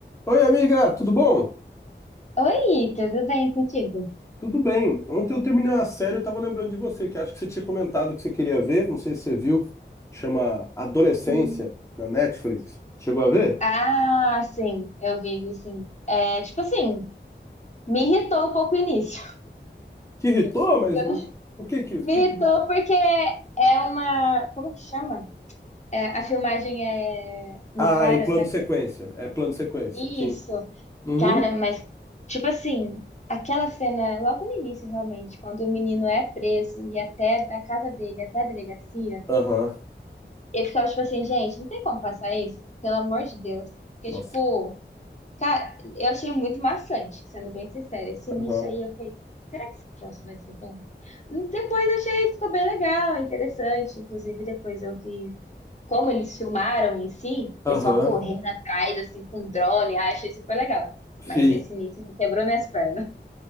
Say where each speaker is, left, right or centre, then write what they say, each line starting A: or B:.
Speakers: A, on the left; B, on the left.
A: Oi, amiga, tudo bom?
B: Oi, tudo bem contigo?
A: Tudo bem. Ontem eu terminei uma série, eu tava lembrando de você, que acho que você tinha comentado que você queria ver, não sei se você viu, chama Adolescência,
B: Hum.
A: na Netflix. Chegou a ver?
B: Ah, sim, eu vivo sim. É, tipo assim, me irritou um pouco o início.
A: Te irritou,
B: <laughs>
A: mas o, o que que, o
B: Me
A: que que
B: irritou
A: irritou?
B: porque é uma. Como que chama? É, a filmagem é. Não
A: Ah,
B: para,
A: em plano
B: né?
A: sequência. É plano sequência,
B: Isso,
A: sim. Uhum.
B: cara, mas. Tipo assim, aquela cena logo no início, realmente, quando o menino é preso e até da casa dele até a delegacia,
A: Aham.
B: eu ficava tipo assim, gente, não tem como passar isso? Pelo amor de Deus. Porque,
A: Nossa.
B: tipo. Cara, eu achei muito maçante, sendo bem sincera. Esse início
A: Aham.
B: aí eu falei, será que esse troço vai ser bom? Depois eu achei, ficou bem legal, é interessante. Inclusive, depois eu vi como eles filmaram em si, o
A: Aham.
B: pessoal correndo atrás, assim, com drone. Ah, achei super legal.
A: Sim.
B: Mas esse início me quebrou minhas pernas.